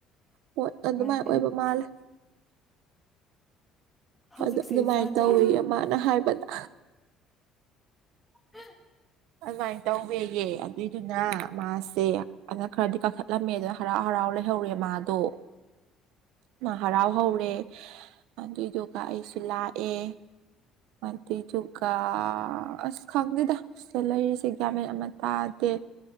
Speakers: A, on the right; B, in the centre.
A: ꯍꯣꯏ ꯑꯗꯨꯃꯥꯏꯅ
B: ꯏꯃꯥꯏꯄꯦꯝꯃ
A: ꯑꯣꯏꯕ ꯃꯥꯜꯂꯦ
B: ꯍꯧꯖꯤꯛꯁꯦ
A: ꯑꯗꯨ ꯑꯗꯨꯃꯥꯏꯅ
B: ꯖꯥꯠ
A: ꯇꯧꯋꯤꯍꯦ
B: ꯖꯥꯠꯅꯤ
A: ꯃꯥꯅ ꯍꯥꯏꯕꯗ
B: ꯎꯝ <inaudible>
A: ꯑꯗꯨꯃꯥꯏꯅ ꯇꯧꯋꯦꯌꯦ ꯑꯗꯨꯏꯗꯨꯅ ꯃꯥꯁꯦ ꯑꯗꯨꯅ ꯈꯔꯗꯤ ꯀꯥꯈꯠꯂꯝꯃꯦ ꯑꯗꯨꯅ ꯍꯔꯥꯎ ꯍꯔꯥꯎ ꯂꯩꯍꯧꯔꯦ ꯃꯥꯗꯣ ꯍꯔꯥꯎ ꯍꯧꯔꯦ ꯑꯗꯨꯏꯗꯨꯒ ꯑꯩꯁꯨ ꯂꯥꯛꯑꯦ ꯑꯗꯨꯢꯗꯨꯒ ꯑꯁ ꯈꯪꯗꯦꯗ ꯁꯤꯗ ꯂꯩꯔꯤꯁꯦ ꯒ꯭ꯌꯥꯟ ꯃꯦꯟ ꯑꯝꯇ ꯇꯥꯗꯦ